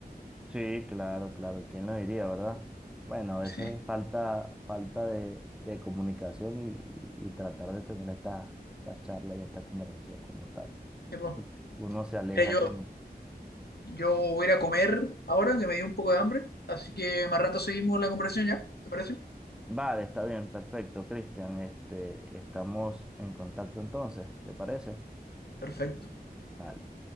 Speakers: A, in the centre; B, on the left.
A: Sí, claro, claro. ¿Quién lo diría, verdad? Bueno, a veces
B: <laughs>
A: falta, falta de, de comunicación y, y tratar de tener esta, esta charla y esta conversación como tal.
B: Sí, sí, po.
A: porque Uno se aleja
B: Mira, yo,
A: como
B: yo voy a ir a comer ahora, que me dio un poco de hambre. Así que más rato seguimos la conversación ya, ¿te parece?
A: Vale, está bien, perfecto, Cristian. Este, estamos en contacto entonces, ¿te parece?
B: Perfecto.
A: Vale.